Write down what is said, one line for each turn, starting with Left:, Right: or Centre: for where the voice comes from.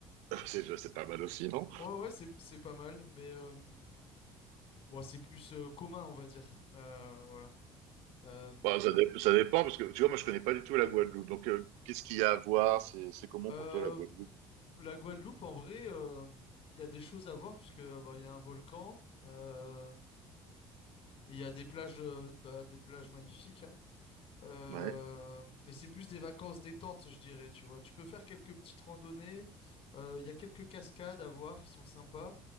Right: <laughs> C'est c'est pas mal aussi, non?
Left: Ouais, ouais, c'est c'est pas mal, mais euh, bon, c'est plus euh, commun, on va dire. Euh, voilà. Euh,
Right: Bah, ça, dé- ça dépend, parce que tu vois, moi, je connais pas du tout la Guadeloupe. Donc, euh, qu'est-ce qu'il y a à voir? C'est c'est comment
Left: euh,
Right: pour toi, la Guadeloupe?
Left: la Guadeloupe, en vrai, euh, il y a des choses à voir parce que bah, il y a un volcan. euh, Il y a des plages, euh, bah, des plages magnifiques. hein. Euh,
Right: Ouais,
Left: mais c'est plus des vacances détente, je dirais, tu vois. Tu peux faire quelques petites randonnées. euh, Il y a quelques cascades à voir qui sont sympas.